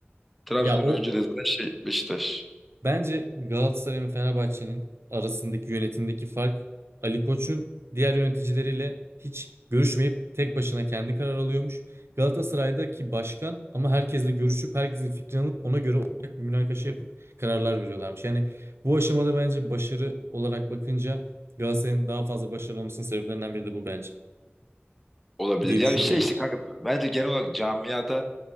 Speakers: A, in the centre; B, on the right (about 80°).
A: Trabzon'dan
B: Ya o
A: önce de zaten şey Beşiktaş
B: Bence Galatasaray ve Fenerbahçe'nin arasındaki yönetimdeki fark Ali Koç'un diğer yöneticileriyle hiç görüşmeyip tek başına kendi karar alıyormuş. Galatasaray'daki başkan ama herkesle görüşüp herkesin fikrini alıp ona göre ortak bir münakaşa yapıp kararlar veriyorlarmış. Yani bu aşamada bence başarı olarak bakınca Galatasaray'ın daha fazla başarılı olmasının sebeplerinden biri de bu bence
A: olabilir.
B: diye
A: Ya
B: düşünüyorum.
A: şey işte kanka bence genel olarak camiada